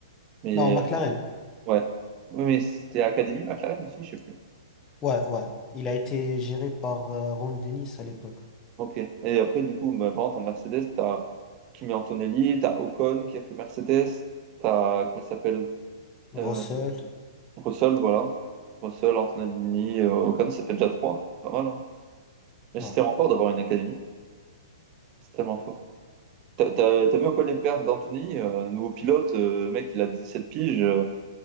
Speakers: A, on the right; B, on the left.
A: mais
B: Non, McLaren.
A: ouais. Oui, mais c'était Académie McLaren aussi, je sais plus.
B: Ouais, ouais. Il a été géré par euh, Ron Dennis à l'époque.
A: Ok. Et après, du coup, bah, par contre, en Mercedes, t'as Kimi Antonelli, t'as Ocon qui a fait Mercedes, t'as, comment il s'appelle?
B: Russell.
A: Euh, Russell, voilà. Russell, Antonelli, euh, Ocon, ça fait déjà 3. Pas mal, hein. Mais
B: Ouais.
A: c'était encore d'avoir une académie. C'est tellement faux. T'as, t'as, t'as vu un peu les perfs d'Anthony, euh, nouveau pilote, euh, le mec, il a 17 piges, euh,